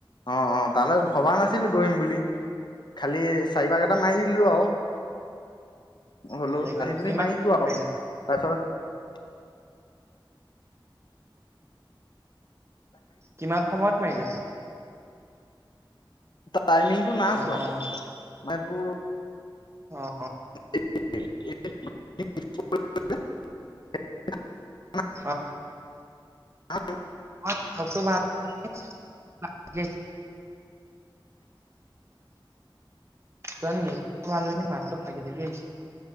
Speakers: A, on the left (about 55°); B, on the right (about 30°).
A: অ অ তালৈ ভবা নাছিলো দৌৰিম বুলি, খালি চাৰিবাঁ কেইটা মাৰি দিলোঁ আৰু। হ'লো
B: ভালেই কৰিলা
A: আনি তোনি
B: কিমান
A: মাৰিছো আৰু
B: মাৰিলা
A: তাৰ পিছত
B: কিমান সময়ত মাৰিলা?
A: টাইমিংটো নাই
B: অ',
A: চোৱা,
B: অ',
A: মানে তোৰ
B: অ
A: <unintelligible>
B: অ
A: অ
B: <unintelligible> তোমাৰ নেটো ভাল নহয় নেকি মাতটো লাগ লাগি